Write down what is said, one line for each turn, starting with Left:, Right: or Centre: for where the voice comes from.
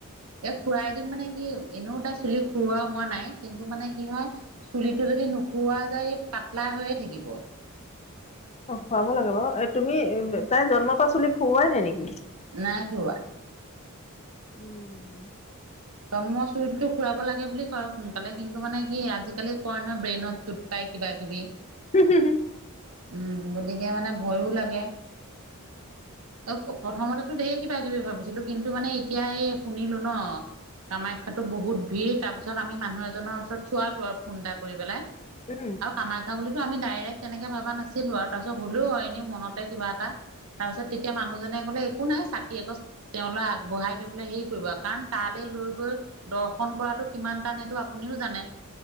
Right: এ খূৰাই দিম মানে কি, এনেও তাইৰ চুলি খূৰোৱা হোৱা নাই। কিন্তু মানে কি হয়, চুলিটো- যদি নোখোৱা যায়, এই পাতলা হৈয়ে থাকিব।
Left: অ', খুৱাব লাগে বাৰু এ তুমি তাই জন্মৰ পা চল খুৱাই নাই নেকি?
Right: নাই খোৱা।
Left: উম।
Right: জন্ম চুলিতো খুৰাব লাগে বুলি কয়। সোনকালে কিন্তু মানে কি আজিকালি কয় নহয় ব্ৰেইনত চুট পাই। কিবা কিবি।
Left: উ উু হু <unintelligible>
Right: উম গতিকে মানে ভয়ো লাগে অ প্ৰথমতেতো ধেৰ কিবা কিবি ভাবিছিলো কিন্তু মানে এতিয়া এই শুনিলো ন। কামাখ্যাতো বহুত ভিৰ। তাৰপিছত আমি মানুহ এজনৰ ওচৰত চোৱালো আৰু ফোন এটা কৰি পেলাই।
Left: উম
Right: আৰু কামাখ্যা বুলি আমি ডাইৰেক্ট তেনেকে ভাবা নাছিলো আৰু তাৰপিছত হ'লেও আৰু এনেই মনতে কিবা এটা তাৰ পিছত তেতিয়া মানুহজনে কলে একো নাই। চাকিৰ এগছ তেওঁলৈ আগবঢ়াই থৈ পেলাই হে কৰিব কাৰণ তালৈ লৈ। সন্তান সেইটো আপুনিও জানে